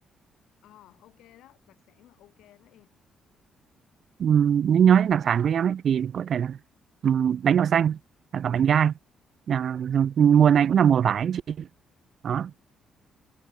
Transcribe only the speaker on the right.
Ừm, Nếu nói đến đặc sản quê em ấy thì có thể là ừm, bánh đậu xanh hoặc là bánh gai. À, rồi mùa này cũng là mùa vải ấy chị. Đó.